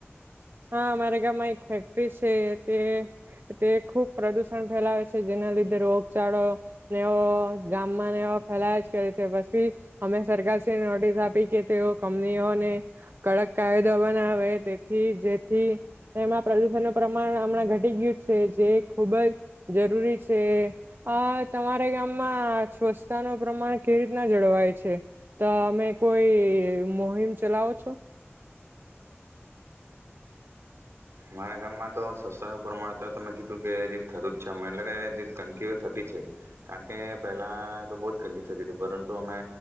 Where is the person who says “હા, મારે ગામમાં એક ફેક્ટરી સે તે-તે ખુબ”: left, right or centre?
Right